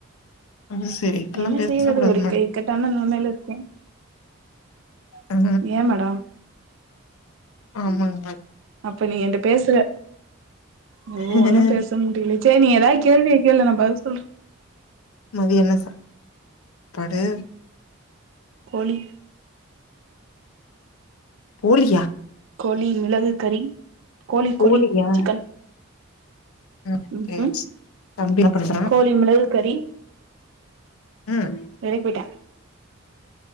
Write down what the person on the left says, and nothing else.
அது சரி இப்பல்லா
பேசக்கூடாது
ஆ
ஆமாங்மேம்
மேடம்
மதியோ என்ன சாப் <unintelligible> பாடு
போளியா
கோழியா
ம்
ச்சேரி சேர் தம்பி என்ன பண்றா
ம்